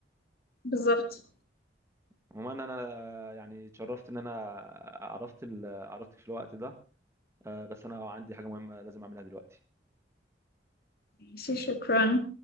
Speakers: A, on the left; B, on the right.
A: بالظبط
B: عموما انا يعني اتشرفت ان انا عرفت ال... عرفتك في الوقت ده آه، بس انا عندي حاجه مهمه لازم اعملها دلوقتي
A: ماشي،
B: تمام
A: شكرا